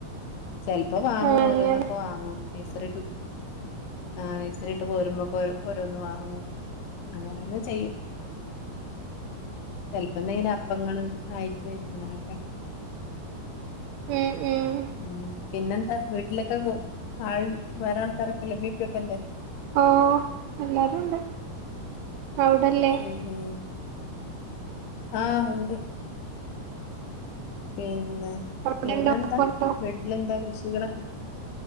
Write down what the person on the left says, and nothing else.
ചെൽപ്പ വാങ്ങും
ഓരോന്നൊക്കെ വാങ്ങും നൈസറിയ്ട്ട്. ആഹ് നഴ്സറിട്ട് പോരുമ്പോക്കൊരോ ഓരോന്ന് വാങ്ങും അങ്ങന അത് ചെയ്യും ചെൽപ്പോന്തെങ്കിലും അപ്പങ്ങള് ആയിട്ട് ങ്ങനൊക്കെ
ഉം പിന്നന്താ വീട്ടിലൊക്കെ വൊ ആൾ വേറെ ആൾക്കാരൊക്കെല്ലേ ഇമ്മിഇപ്പി ഒക്കല്ലേ?
ഉം ഉം ആഹ് ഉണ്ട് പിന്നെ
പിന്നെന്താ
വീട്ട്ലെന്താ കൃഷികളൊക്കെ